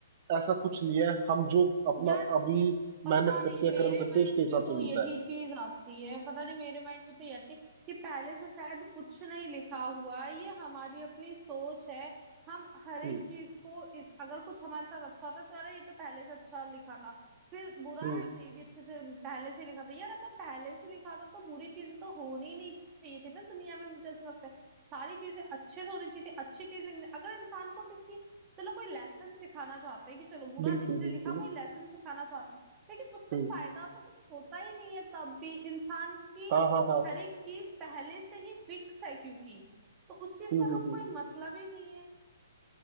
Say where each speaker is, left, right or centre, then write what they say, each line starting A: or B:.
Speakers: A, on the right (about 45°); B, on the right (about 25°).
A: ऐसा कुछ नहीं है हम जो अपना
B: या
A: अभी
B: पता
A: मेहनत
B: नहीं
A: करते हैं
B: मेरे
A: कर्म करते
B: माइंड
A: हैं उसके हिसाब
B: में तो
A: से मिलता
B: यही
A: है
B: चीज आती है पता नहीं मेरे माइंड में तो ये आती है कि पहले से शायद कुछ नहीं लिखा हुआ है ये हमारी अपनी सोच है हम हर एक
A: हम्म
B: चीज को इस, अगर कुछ हमारे साथ अच्छा था तो अरे ये तो पहले से अच्छा लिखा था फिर बुरा
A: हम्म
B: है तो ये भी अच्छे से पहले से लिखा था यार अगर पहले से लिखा था तो बुरी चीजें तो होनी ही नहीं चाहिए थी ना दुनिया में मुझे ऐसा लगता है सारी चीजें अच्छे से होनी चाहिए थी अच्छी चीज लिखनी अगर इंसान को किसी चलो कोई लेसन सिखाना चाहते हैं कि चलो बुरा
A: बिल्कुल
B: इसलिए
A: बिल्कुल
B: लिखा कोई लेसन सिखाना चाहते हैं लेकिन उससे
A: हम्म
B: फायदा तो कुछ होता ही नहीं है तब भी इंसान की
A: हाँ हाँ हाँ
B: हर एक चीज पहले से ही फिक्स है क्योंकि तो उस चीज
A: हम्म
B: का
A: हम्म
B: तो कोई
A: हम्म
B: मतलब ही नहीं है